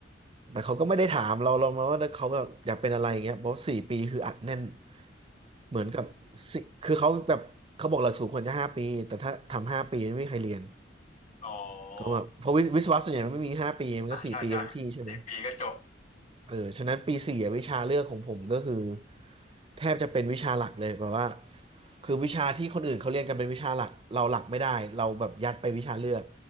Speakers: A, on the right; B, on the left.
A: แต่เขาก็ไม่ได้ถามเราเรามาว่าเขาแบบอยากเป็นอะไรอย่างเงี้ยเพราะสี่ปีคืออัดแน่นเหมือนกับสิคือเขาแบบเขาบอกหลักสูตรควรจะห้าปีแต่ถ้าทำห้าปีไม่มีใครเรียน
B: อ๋อ
A: ก็แบบเพราะวิวิศวะส่วนใหญ่มันไม่มีห้าปีมันก็สี่ปีกันทุกที่ใช่ไหม
B: อ่าใช่ใช่สี่ปีก็จบ
A: เออฉะนั้นปีสี่อะวิชาเลือกของผมก็คือแทบจะเป็นวิชาหลักเลยแบบว่าคือวิชาที่คนอื่นเขาเรียนกันเป็นวิชาหลักเราหลักไม่ได้เราแบบยัดไปวิชาเลือก